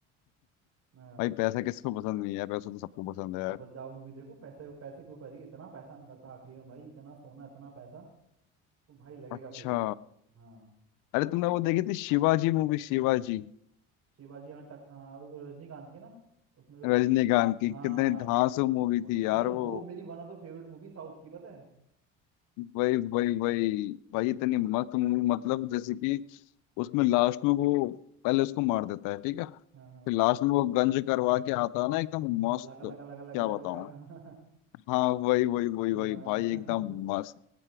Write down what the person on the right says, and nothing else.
हाँ
हाँ।
तो बस जाओ मूवी देखो पैसे पैसे के ऊपर ही इतना पैसा निकलता आखिरी में भाई इतना सोना इतना पैसा तो भाई लगेगा
तुझे हाँ
सोच
ना
शिवाजी हाँ टक हाँ वो रजनीकांत की ना उसमें जो
हाँ
हाँ
व-
भाई वो
मेरी one of the favourite movie south की पता है
हम्म
हाँ हाँ
लगा
लगा
लगा लगा
लगा लगा हाँ हाँ
हाँ
हाँ,